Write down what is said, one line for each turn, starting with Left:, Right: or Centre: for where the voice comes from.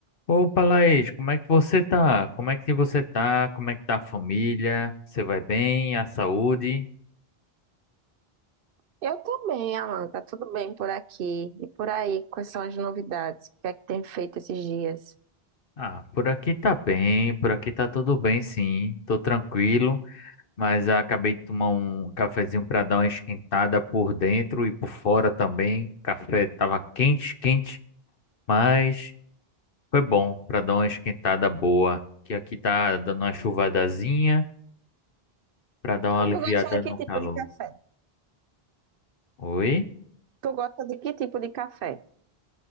Left: Opa, Laís, como é que você tá? Como é que você tá? Como é que tá a família? Você vai bem? A saúde?
Right: Eu tô bem, Alan, tá tudo bem por aqui. E por aí, quais são as novidades? O que é que tem feito esses dias?
Left: Ah, por aqui tá bem, por aqui tá tudo bem, sim. Tô tranquilo, mas acabei de tomar um cafezinho pra dar uma esquentada por dentro e por fora também. Café tava quente, quente, mas foi bom pra dar uma esquentada boa. Que aqui tá dando uma chuvadazinha pra dar uma aliviada
Right: Tu gosta de que
Left: no
Right: tipo
Left: calor.
Right: de café?
Left: Oi?
Right: Tu gosta de que tipo de café?